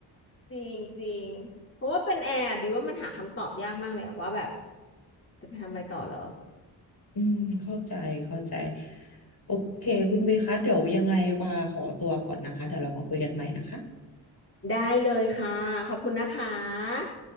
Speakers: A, on the left; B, on the left.
A: จริงจริงเพราะว่าเป็นแอร์บิวว่ามันหาคำตอบยากมากเลยอะว่าแบบจะไปทำอะไรต่อเหรอ
B: อืมเข้าใจเข้าใจโอเคคุณเบย์คะเดี๋ยวยังไงว่าขอตัวก่อนนะคะเดี๋ยวเรามาคุยกันใหม่นะคะ
A: ได้เลยค่ะขอบคุณนะคะ